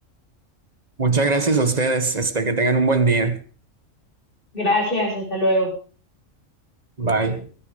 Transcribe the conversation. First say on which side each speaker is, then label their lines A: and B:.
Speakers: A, on the right; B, on the left.
A: Muchas gracias a ustedes. Este, que tengan un buen día.
B: Gracias, hasta luego.
A: Bye.